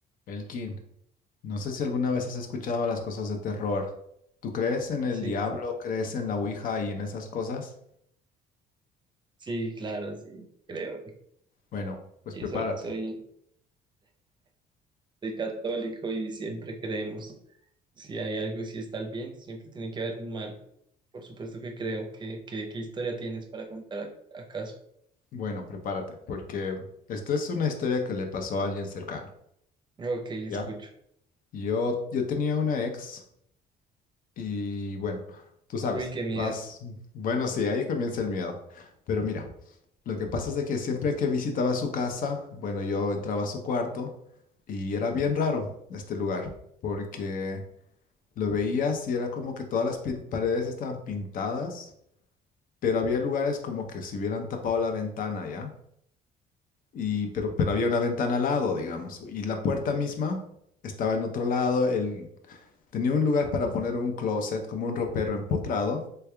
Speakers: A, on the left (about 55°); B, on the right (about 25°).
A: Elkin, no sé si alguna vez has escuchado las cosas de terror. ¿Tú crees en el
B: Sí,
A: diablo, crees en la Ouija y en esas cosas?
B: sí, claro, sí, creo.
A: Bueno, pues
B: Y
A: prepárate.
B: soy, soy, soy católico y siempre creemos. Si hay algo si está el bien, siempre tiene que haber un mal. Por supuesto que creo. ¿Qué, qué, qué historia tienes para contar a- acaso?
A: Bueno, prepárate, porque esto es una historia que le pasó a alguien cercano,
B: Ok, escucho.
A: ¿ya? Yo, yo tenía una ex y bueno, tú sabes,
B: Uy, qué miedo.
A: vas, bueno, sí, ahí comienza el miedo. Pero mira, lo que pasa es de que siempre que visitaba su casa, bueno, yo entraba a su cuarto y era bien raro este lugar, porque... Lo veías y era como que todas las pin- paredes estaban pintadas, pero había lugares como que si hubieran tapado la ventana, ¿ya? Y, pero, pero había una ventana al lado, digamos, y la puerta misma estaba en otro lado, el, tenía un lugar para poner un closet, como un ropero empotrado,